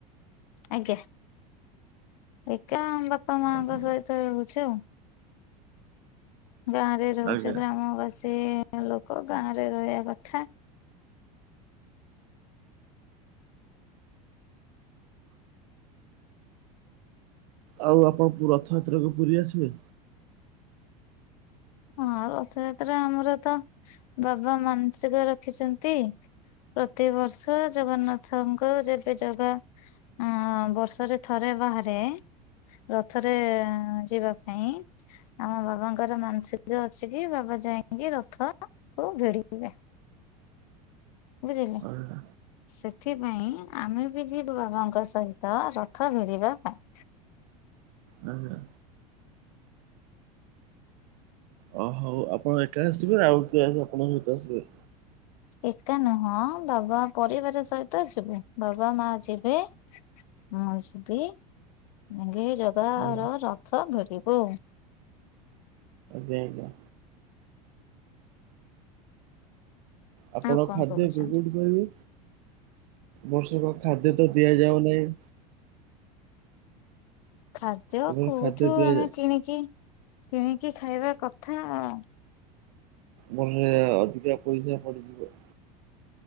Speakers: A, on the left; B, on the right.
A: ଆଜ୍ଞା। ଏକା ବାପା ମାଙ୍କ
B: ଆଜ୍ଞା
A: ସହିତ ରହୁଛି ଆଉ। ଗାଁରେ ରହୁଛୁ,
B: ଆଜ୍ଞା।
A: ଗ୍ରାମବାସୀ ଲୋକ ଗାଁ ରେ ରହିବା କଥା।
B: ଆଉ ଆପଣ ରଥଯାତ୍ରାକୁ ପୁରୀ ଆସିବେ?
A: ହଁ ରଥଯାତ୍ରା ଆମର ତ, ବାବା ମାନସିକ ରଖିଛନ୍ତି। ପ୍ରତିବର୍ଷ, ଜଗନ୍ନାଥଙ୍କ ଯେବେ ଜଗା ହଁ ବର୍ଷରେ ଥରେ ବାହାରେ ରଥରେ ଯିବା ପାଇଁ। ଆମ ବାବାଙ୍କର ମାନସିକ ଯ ଅଛି କି ବାବା ଯାଇକି ରଥକୁ ଭିଡିଥିବେ। ବୁଝିଲେ।
B: ଆଜ୍ଞା
A: ସେଥିପାଇଁ ଆମେ ବି ଯିବୁ ବାବାଙ୍କ ସହିତ ରଥ ଭିଡିବା ପାଇଁ।
B: ହଁ ହ। ଅ ହଉ ଆପଣ ଏକା ଆସିବେ ଆଉ କିଏ ଆପଣଙ୍କ ସହିଁତ ଆସିବେ?
A: ଏକା ନୁହଁ ବାବା ପରିବାର ସହିତ ଯିବୁ। ବାବା ମା ଯିବେ। ମୁଁ ଯିବି ସାଙ୍ଗେ ଜଗା
B: ଆଜ୍ଞା
A: ର ରଥ ଭିଡିବୁ।
B: ଦେଇଦେ। ଆପଣ
A: ଆଉ କଣ
B: ଖାଦ୍ୟ
A: କହୁଛନ୍ତି?
B: ଯୋଗାଇପାରିବେ, ବର୍ଷକ ଖାଦ୍ୟ ତ ଦିଆଯାଉ ନାହିଁ।
A: ଖାଦ୍ୟ
B: ଏବଂ
A: କୋଉଠୁ
B: ଖାଦ୍ୟ ଦିଆଯାଏ
A: ଆମେ କିଣିକି କିଣିକି ଖାଇବା କଥା ଆ।
B: ମୁଁ କହିଲି ଅଧିକା ପଇସା ସରିଯିବ।